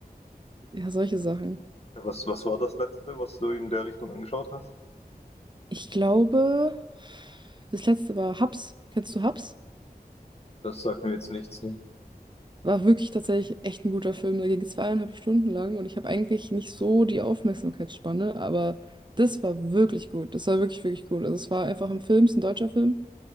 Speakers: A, on the right (about 30°); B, on the left (about 40°).
A: ja, solche Sachen.
B: was, was war das letzte, was du in der Richtung angeschaut hast?
A: Ich glaube, das letzte war Hubs. Kennst du Hubs?
B: Das sagt mir jetzt nichts. ne?
A: War wirklich tatsächlich echt ein guter Film. Der ging zweieinhalb Stunden lang und ich habe eigentlich nicht so die Aufmerksamkeitsspanne, aber das war wirklich gut. Das war wirklich, wirklich gut. Also es war einfach ein Film, es ist ein deutscher Film